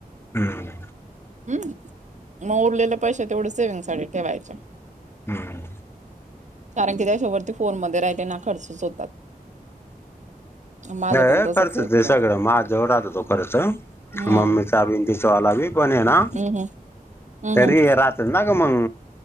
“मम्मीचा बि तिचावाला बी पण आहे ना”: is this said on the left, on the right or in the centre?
Left